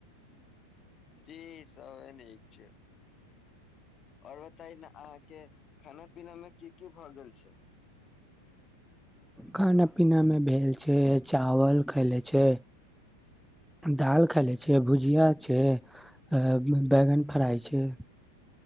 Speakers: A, in the centre; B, on the left.
A: <unintelligible>
B: जी सब ए न ई छै। <unintelligible> आओर बताय ने अहाँके खाना पीना मे की की भए गेल छै?
A: खाना पीना मे भेल छै, चावल खाले छै, दालि खाले छै, भुजिया छै आ बैगन फ्राई छै।